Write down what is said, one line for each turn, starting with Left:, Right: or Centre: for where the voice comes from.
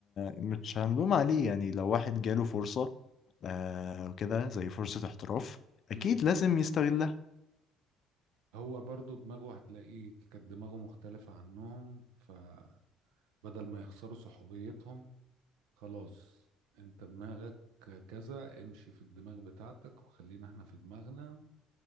Left: مش هنلوم عليه يعني لو واحد جاله فرصة آه وكده زي فرصة احتراف
Right: امم
Left: أكيد لازم يستغلها
Right: هو برضو دماغه هتلاقيه كانت دماغه مختلفة عنهم فبدل ما يخسروا صحوبيتهم خلاص انت دماغك كذا امشي في الدماغ بتاعتك وخلينا احنا في دماغنا